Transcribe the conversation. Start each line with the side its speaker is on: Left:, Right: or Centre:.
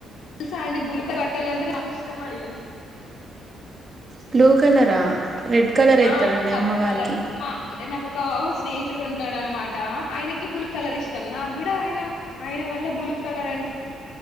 Left: తెలుసా అండి బులు ఇష్టమండి
Right: బ్లూ కలరా రెడ్ కలర్ ఎత్తరండి
Left: ఆ సబ్బు
Right: అమ్మవారికి
Left: కలర్ మ అంటే నాకు ఒక స్నేహితుడు ఉంటాడు అన్మాట ఆయనకి బులు కలర్ ఇష్టం నాకు కూడా ఆయన ఆయన బులు కలర్ అం